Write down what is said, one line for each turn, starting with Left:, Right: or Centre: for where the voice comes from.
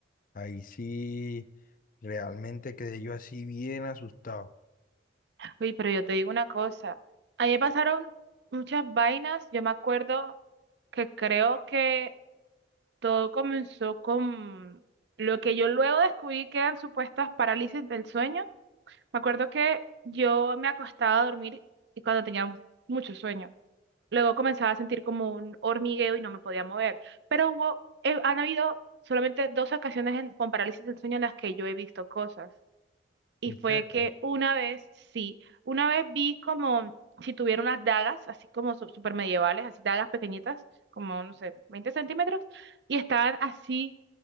Left: Ahí sí, realmente quedé yo así bien asustado.
Right: Oye, pero yo te digo una cosa, a mí me pasaron muchas vainas, yo me acuerdo que creo que todo comenzó con lo que yo luego descubrí que eran supuestas parálisis del sueño Me acuerdo que yo me acostaba a dormir y cuando tenía mucho sueño. Luego comenzaba a sentir como un hormigueo y no me podía mover. Pero hubo, eh, han habido solamente dos ocasiones en- con parálisis del sueño en las que yo he visto cosas. Y
Left: ¿En
Right: fue
Left: serio?
Right: que una vez, sí, una vez vi como si tuviera unas dagas, así como su- super medievales, así dagas pequeñitas, como, no sé, 20 centímetros, y estaban así